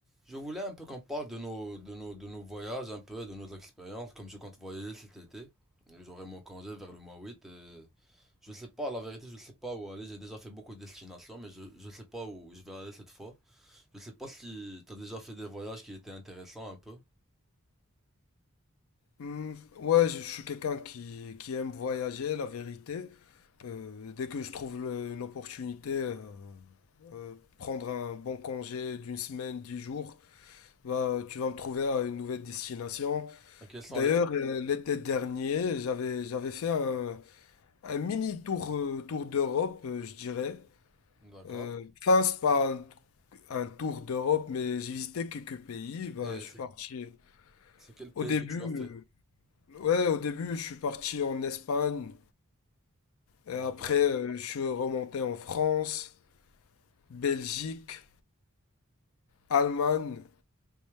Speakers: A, in the centre; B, on the left.
A: Je voulais un peu qu'on parle de nos, de nos, de nos voyages, un peu, de nos expériences, comme je compte voyager cet été. J'aurai mon congé vers le mois 8 et je sais pas, la vérité, je sais pas où aller. J'ai déjà fait beaucoup de destinations, mais je, je sais pas où je vais aller cette fois. Je sais pas si t'as déjà fait des voyages qui étaient intéressants un peu.
B: Hmm, ouais, je je suis quelqu'un qui, qui aime voyager, la vérité. Euh, dès que je trouve le- une opportunité, euh, euh, prendre un bon congé d'une semaine, dix jours, bah, tu vas me trouver à une nouvelle destination.
A: Et Quels sont
B: D'ailleurs,
A: les...
B: euh, l'été dernier, j'avais, j'avais fait un, un mini tour, euh, tour d'Europe, euh, je dirais.
A: D'accord.
B: Euh, Enfin, c'est pas un, un tour d'Europe, mais j'ai visité quelques pays. Bah,
A: Et
B: je suis
A: c'est,
B: parti
A: c'est quel pays
B: au début,
A: que tu as fait?
B: euh, ouais, au début, je suis parti en Espagne.
A: D'accord.
B: Et après, euh, je suis remonté en France, Belgique, Allemagne.